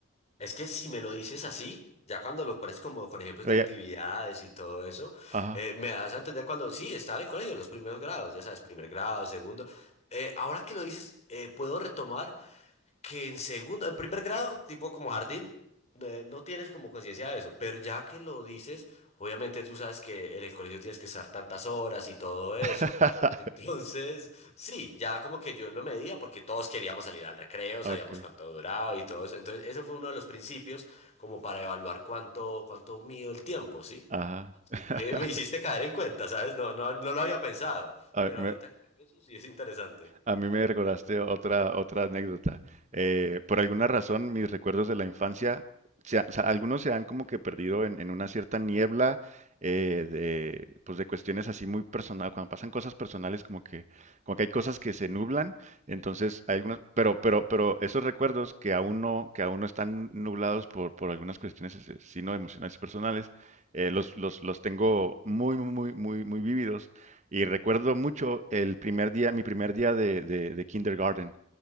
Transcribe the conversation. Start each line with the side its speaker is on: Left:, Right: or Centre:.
Left: Es que si me lo dices así, ya cuando lo pones como con ejemplos
Right: Pero
Left: de actividades y todo eso,
Right: ajá.
Left: eh, me das a entender cuando sí, estaba en el colegio, los primeros grados, ya sabes, primer grado, segundo. Eh, ahora que lo dices, eh, puedo retomar. que en segundo, en primer grado, tipo como jardín, eh, no tienes como conciencia de eso, pero ya que lo dices, obviamente tú sabes que en el colegio tienes que estar tantas horas y todo eso.
Right: <laughs>
Left: <laughs> Entonces, sí, ya como que yo lo medía porque todos queríamos salir al recreo,
Right: Ok,
Left: sabíamos cuánto duraba y todo eso. Entonces, eso fue uno de los principios como para evaluar cuánto, cuánto mido el tiempo, ¿sí?
Right: ajá.
Left: Así
Right: <laughs>
Left: que me hiciste caer en cuenta, ¿sabes? No, no, no lo había pensado,
Right: Ah,
Left: pero
Right: me,
Left: ahorita que lo pienso sí es interesante.
Right: A mí me recordaste otra, otra anécdota. Eh, por alguna razón, mis recuerdos de la infancia, se ha- o sea, algunos se han como que perdido en, en una cierta niebla eh, de, pues de cuestiones así muy personales. Cuando pasan cosas personales, como que, como que hay cosas que se nublan. Entonces, hay algunos, pero, pero, pero esos recuerdos que aún no, que aún no están nublados por, por algunas cuestiones, eh, sino emocionales y personales, eh, los, los, los tengo muy, muy, muy, muy, muy vívidos y recuerdo mucho el primer día, mi primer día de, de- de kindergarten.